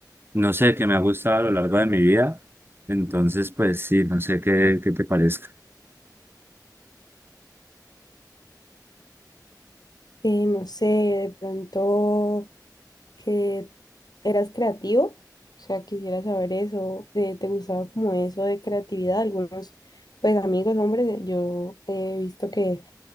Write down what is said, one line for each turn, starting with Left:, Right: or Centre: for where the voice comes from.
Right: no sé, que me ha gustado a lo largo de mi vida. Entonces, pues sí, no sé qué, qué te parezca.
Left: Eh, no sé, de pronto que eras creativo, o sea, quisiera saber eso, eh, ¿te gustaba como eso de creatividad? Algunos, pues amigos, hombres, eh, yo he visto que,